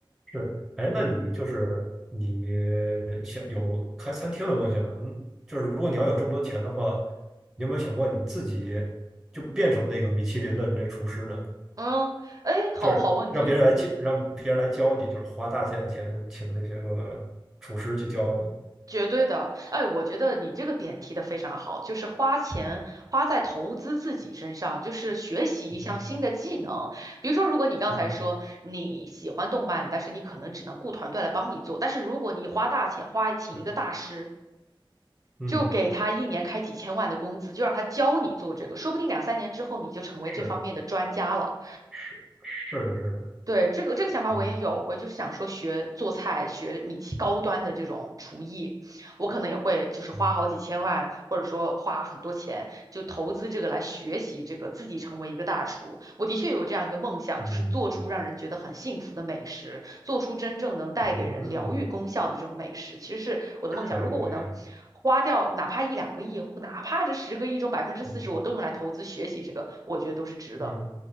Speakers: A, in the centre; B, on the right.
A: 是。哎，那你就是你想有开餐厅的梦想？嗯，就是如果你要有这么多钱的话，你有没有想过你自己就变成那个米其林的那厨师呢？
B: 嗯，哎，好好问题，
A: 就是让别人来教，
B: 嗯。
A: 让别人来教你，就是花大价钱请那些个厨师去教你。
B: 绝对的，哎，我觉得你这个点提的非常好，就是花钱花在投资自己身上，就是学习一项新的技能。
A: 嗯
B: 比如说，如果你刚才说你喜欢动漫，
A: 嗯，
B: 但是你可能只能雇团队来帮你做，但是如果你花大钱花请一个大师，
A: 对，嗯，
B: 就给他一年开几千万的工资，就让他教你做这个，说不定两三年之后你就成为这方面的专家了。
A: 是是是的，是的。
B: 对，这个这个想法我也有，
A: 嗯
B: 我就是想说学做菜，学米其高端的这种厨艺，我可能也会就是花好几千万，
A: 嗯
B: 或者说花很多钱，就投资这个来学习这个，自己成为一个大厨。我的确有这样一个梦想，
A: 嗯
B: 就是做出让人觉得很幸福的美食，做出真正能带给人疗愈功效的这种美食，
A: 嗯，
B: 其实是我的梦想。
A: 可以可以，
B: 如果我能花掉哪怕一两个亿，哪怕这十个亿中百分之四十，
A: 嗯
B: 我都用来投资学习这个，我觉得都是值的。
A: 嗯